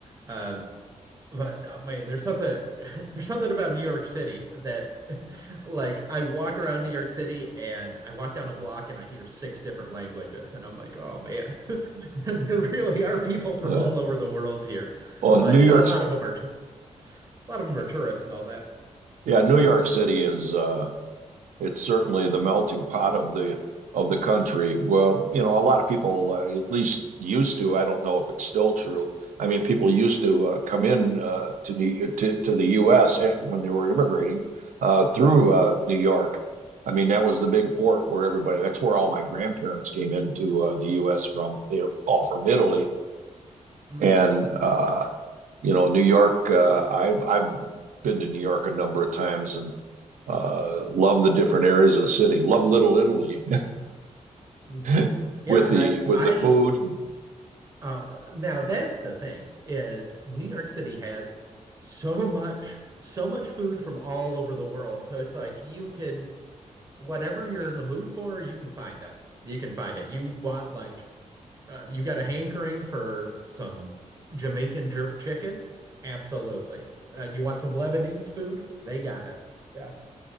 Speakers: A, on the right; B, on the right.
A: Um, But uh, man, there's something <laughs> there's something about New York City that <laughs> like I walk around New York City and I walk down a block and I hear six different languages and I'm like, "Oh man, <laughs> there really are people from
B: Uh,
A: all over the world here."
B: well, New
A: But you
B: York,
A: know, a lot of them are tou- a lot of them are tourists and all that.
B: yeah, New York City is uh, It's certainly the melting pot of the of the country. Well, you know, a lot of people uh, at least used to. I don't know if it's still true. I mean, people used to uh, come in uh, to New to, to the U.S. eh, when they were immigrating uh, through uh, New York. I mean, that was the big port where everybody. That's where all my grandparents came into uh, the U.S. from. They're all from Italy,
A: Mm.
B: and uh, you know, New York, uh, I've I've been to New York a number of times and uh, love the different areas of the city. Love Little Italy
A: <laughs>
B: <laughs>
A: Yeah,
B: with the
A: I
B: with
A: I
B: the food.
A: uh, now that's the thing is New York City has so much so much food from all over the world. So it's like you can whatever you're in the mood for, you can find it. You can find it. You want like uh, you got a hankering for some Jamaican jerk chicken? Absolutely. Uh, you want some Lebanese food? They got it. Yeah.